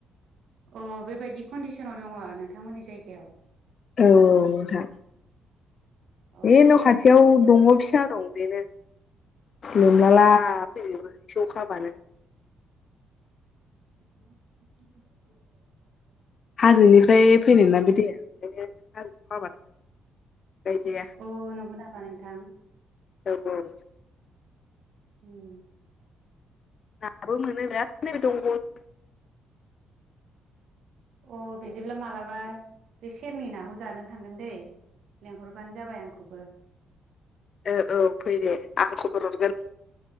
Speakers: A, on the right; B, on the left.
A: अ बेबायदि कन्डिसनाव दङ नोंथांमोननि जायगायाव।
B: औ औ नोंथां।
A: अ
B: ए न खाथियाव दङ फिसा दं बेनो। लोमला ला फैजोबो एसे अखाबानो।
A: <unintelligible>
B: जोनिफ्राय फैनायना बे दैया <unintelligible> गायजाया
A: अ नंगौ नामा नोंथां।
B: औ औ
A: उम
B: नाबो मोनो ना <unintelligible>
A: अ बिदिब्ला मालाबा बे सेरनि नाखौ जानो थांगोन दैे। लेंहरबानो जाबाय आंखौबो।
B: ओ औ फै दे आं खबर हरगोन।